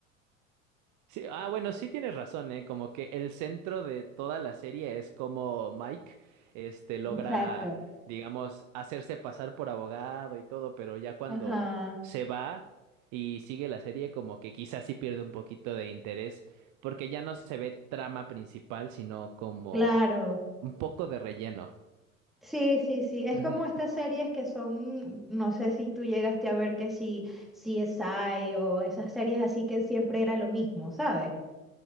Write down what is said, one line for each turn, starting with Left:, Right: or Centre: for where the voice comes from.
Right: Sí, ah, bueno, sí tienes razón, ¿eh? Como que el centro de toda la serie es como Mike, este, logra,
Centre: Exacto.
Right: digamos, hacerse pasar por abogado y todo, pero ya cuando
Centre: Ajá,
Right: se va y sigue la serie, como que quizás sí pierde un poquito de interés, porque ya no se ve trama principal, sino como
Centre: claro.
Right: un poco de relleno.
Centre: Sí, sí, sí. Es
Right: Ujú.
Centre: como estas series que son, no sé si tú llegaste a ver que si C S I o esas series así que siempre era lo mismo, ¿sabes?